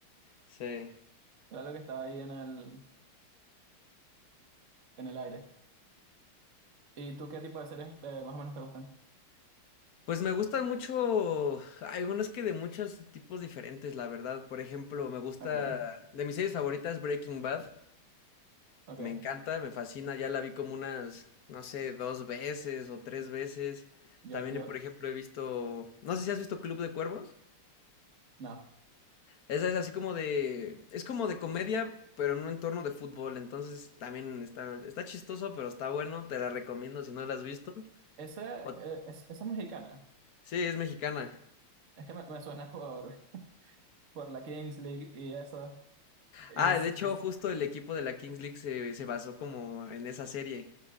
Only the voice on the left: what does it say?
Sí.
Pues me gustan mucho, hay unos que de muchos tipos diferentes, la verdad. Por ejemplo, me gusta,
de mis series favoritas, Breaking Bad.
Me encanta, me fascina, ya la vi como unas, no sé, dos veces o tres veces.
También,
por ejemplo, he visto, no sé si has visto Club de Cuervos.
Esa es así como de, es como de comedia, pero en un entorno de fútbol. Entonces, también está, está chistoso, pero está bueno. Te la recomiendo si no la has visto.
O-
sí, es mexicana.
Ah, de hecho, justo el equipo de la Kings League se, se basó como en esa serie.